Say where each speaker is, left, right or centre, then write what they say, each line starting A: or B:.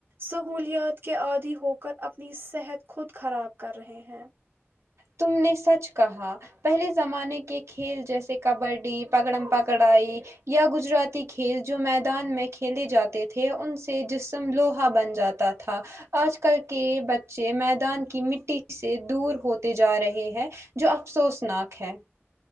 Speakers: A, on the right (about 50°); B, on the right (about 80°).
A: سہولیات کے عادی ہو کر اپنی صحت خود خراب کر رہے ہیں
B: تم نے سچ کہا پہلے زمانے کے کھیل جیسے کبڈی پگڑم پکڑائی یا گجراتی کھیل جو میدان میں کھیلے جاتے تھے ان سے جسم لوہا بن جات تا تھا آج کل کے بچے میدان کی مٹی سے دور ہوت تے جا رہے ہیں جو افسوسناک ہے